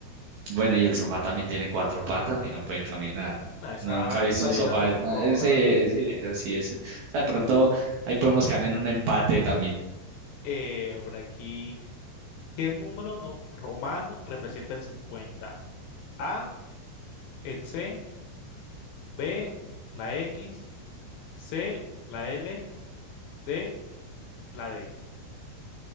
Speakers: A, on the right; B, on the left.
A: bueno, y el sofá también tiene cuatro patas y no puede caminar.
B: Ah, esa,
A: No, nunca he visto
B: esa
A: un
B: adivinanza
A: sofá.
B: fue
A: no,
B: un robo,
A: ese,
B: la verdad.
A: ese, ese, sí, ese. O sea, de pronto ahí podemos caer en un empate también.
B: Eh, por aquí, ¿qué número no- romano representa el 50? A, el C, B, la X, C, la L, D, la D.